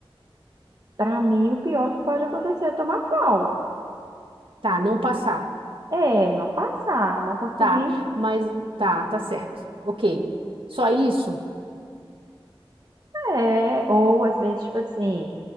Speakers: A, on the right; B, on the right.
A: Para mim, o pior que pode acontecer é tomar pau.
B: Tá, não passar.
A: É, não passar, não conseguir.
B: Tá, mas tá, tá certo. Ok. Só isso?
A: É, ou às vezes, tipo assim.